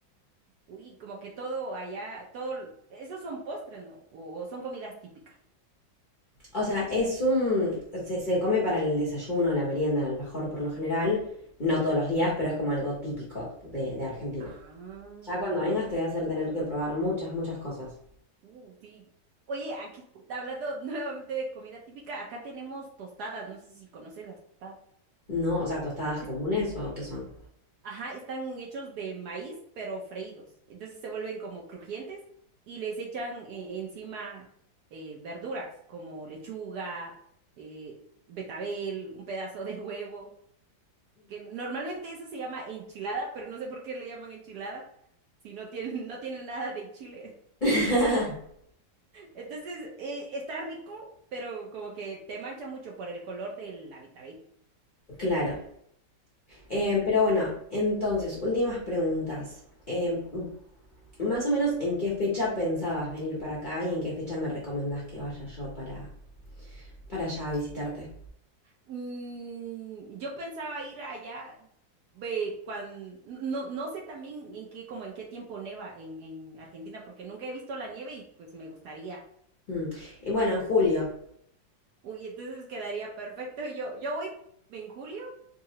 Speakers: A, on the right; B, on the left.
A: Uy, como que todo allá, todo, esos son postres, ¿no? O, o son comidas típicas.
B: O sea, es un... Se, se come para el desayuno, la merienda, el alfajor por lo general. No todos los días, pero es como algo típico de, de Argentina.
A: Ah.
B: Ya cuando vengas te voy a hacer tener que probar muchas, muchas cosas.
A: Uh, sí. Oye, aquí hablando <laughs> nuevamente de comida típica, acá tenemos tostadas, no sé si conoces las tostadas.
B: No, o sea, tostadas
A: Es-
B: comunes o qué son.
A: Ajá, están hechos de maíz, pero freídos. Entonces se vuelven como crujientes y les echan eh, encima eh, verduras como lechuga, eh, betabel, un pedazo de huevo, que normalmente eso se llama enchilada, pero no sé por qué le llaman enchilada si no tienen, no tienen nada de chile.
B: <laughs>
A: Entonces, eh, está rico, pero como que te mancha mucho por el color del Habitábil.
B: Claro. Eh, pero bueno, entonces, últimas preguntas. Eh, más o menos, ¿en qué fecha pensabas venir para acá y en qué fecha me recomendás que vaya yo para, para allá a visitarte?
A: Mm, yo pensaba ir allá cuando no, no sé también en qué, como en qué tiempo neva en, en Argentina, porque nunca he visto la nieve y pues me gustaría.
B: Mm. Y bueno, en julio,
A: Uy, entonces quedaría perfecto. Yo, yo voy en julio